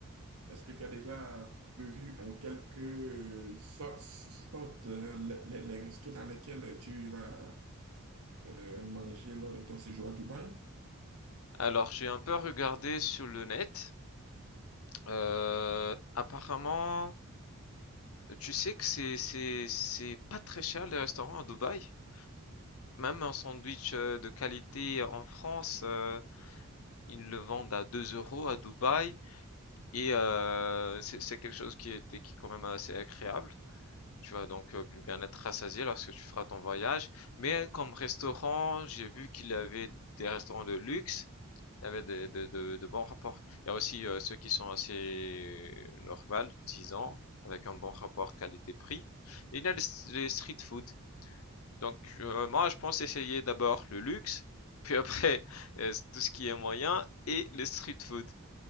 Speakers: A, on the right; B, on the left.
A: est-ce que tu as déjà prévu en quelque sorte, sorte, euh, les, les- les restos dans lesquels tu iras euh, manger lors de ton séjour à Dubaï?
B: Alors, j'ai un peu regardé sur le net. Euh, apparemment, Tu sais que c'est c'est c'est pas très cher les restaurants à Dubaï. Même un sandwich euh, de qualité en France, euh, ils le vendent à 2 euros à Dubaï et euh, c'est c'est quelque chose qui est qui est quand même assez agréable. Tu vas donc euh, bien être rassasié lorsque tu feras ton voyage. Mais comme restaurant, j'ai vu qu'il avait des restaurants de luxe il y avait de, de, de, de bons rapports. Il y a aussi euh, ceux qui sont assez euh, normales, 10 ans, avec un bon rapport qualité-prix. Et il y a les, les street food. Donc euh, moi, je pense essayer d'abord le luxe, puis après euh, tout ce qui est moyen et les street food.